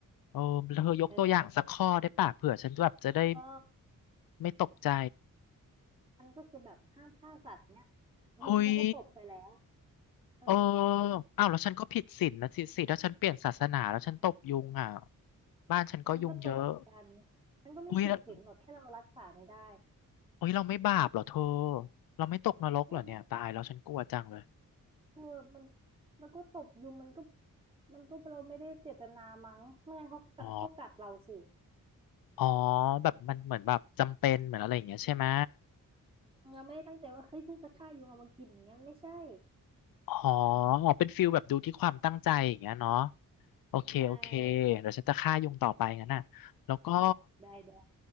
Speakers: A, on the left; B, on the right.
A: โอ้แล้วเธอยกตัวอย่างสักข้อได้ป่ะเผื่อฉันแบบจะได้
B: เออก็
A: ไม่ตกใจ
B: มันก็คือแบบห้ามฆ่าสัตว์เนี้ยยุงฉันก็ตบไปแล้ว
A: เฮ้ย
B: เออ
A: เอออ้าวแล้วฉันก็ผิดศีลนะสิสิถ้าฉันเปลี่ยนศาสนา แล้วฉันตบยุงอ่ะบ้านฉันก็ยุงเยอะ
B: ฉันก็ตบเหมือนกันมันก็ไม่ผิดศีลหรอกแค่เรารักษาไม่ได้
A: เฮ้ยแล้วเฮ้ยเราไม่บาปเหรอเธอ เราไม่ตกนรกเหรอเนี่ยตายแล้วฉันกลัวจังเลย
B: ไม่บเออมันมันก็ตบยุงมันก็มันก็เราไม่ได้เจตนามั้งไม่งั้นเขาก็กัดก็กัดเราสิ
A: อ๋ออ๋อแบบมันเหมือนแบบจำเป็นเหมือนอะไรอย่างเงี้ยใช่ไหม
B: เราไม่ได้ตั้งใจว่าเฮ้ยฉันจะฆ่ายุงเอามากินอย่างเงี้ยไม่ใช่
A: อ๋ออ๋อเป็นฟิลแบบดูที่ความตั้งใจอย่างเงี้ยเนาะ โอเคโอเค
B: ได้
A: เดี๋ยวฉันจะฆ่ายุงต่อไปงั้นน่ะแล้วก็
B: ได้ได้